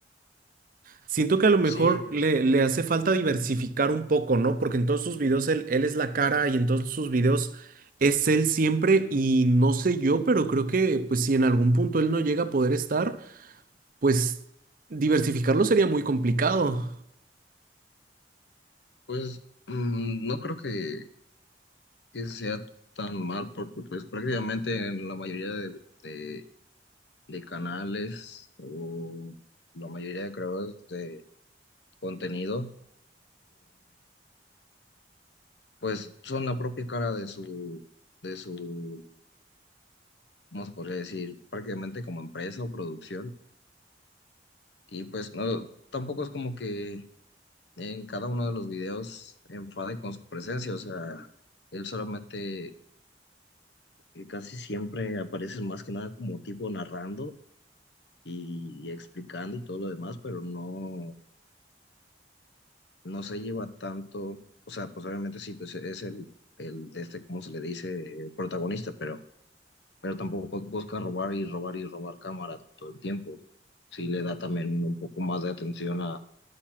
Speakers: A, on the right; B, on the left.
A: Siento que a lo mejor
B: Sí,
A: le,
B: es-
A: le hace falta diversificar un poco, ¿no? Porque en todos sus videos él, él es la cara y en todos sus videos es él siempre y no sé yo, pero creo que pues si en algún punto él no llega a poder estar, pues diversificarlo sería muy complicado.
B: pues mm, no creo que, que sea tan mal porque pues prácticamente en la mayoría de, de- de canales o la mayoría de creadores de contenido pues son la propia cara de su, de su, ¿cómo se podría decir? Prácticamente como empresa o producción. Y pues no, tampoco es como que en cada uno de los videos enfade con su presencia, o sea, él solamente eh, casi siempre aparece más que nada como tipo narrando y, y explicando y todo lo demás, pero no, no se lleva tanto, o sea, pues obviamente sí, pues es el, el de este, ¿cómo se le dice? eh, protagonista, pero pero tampoco busca robar y robar y robar cámara todo el tiempo. Sí le da también un poco más de atención a,